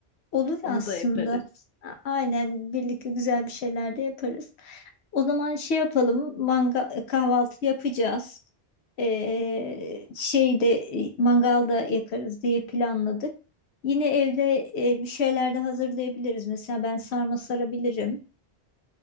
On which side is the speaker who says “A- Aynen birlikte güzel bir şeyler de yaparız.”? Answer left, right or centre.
Left